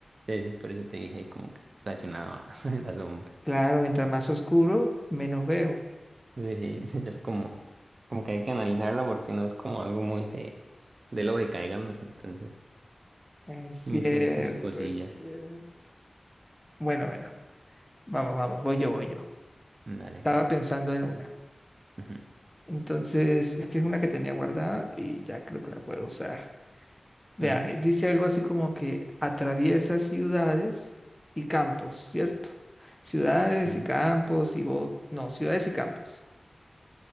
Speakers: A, on the right; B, in the centre.
A: Sí, sí, por eso te dije ahí como que relacionado a <laughs> la sombra.
B: Claro, mientras más oscuro, menos veo.
A: Sí, sí, <laughs> es como, como que hay que analizarla porque no es como algo muy de, de lógica, digamos. Entonces,
B: Es cierto,
A: ni sus, sus cosillas.
B: es cierto. Bueno, bueno, vamos, vamos, voy yo, voy yo.
A: Dale.
B: Estaba pensando en una.
A: Ujú,
B: Entonces, es que es una que tenía guardada y ya creo que la puedo usar. Vea,
A: ujú,
B: eh, dice algo así como que atraviesa ciudades y campos, ¿cierto? Ciudades
A: ujú.
B: y campos y bo- No, ciudades y campos.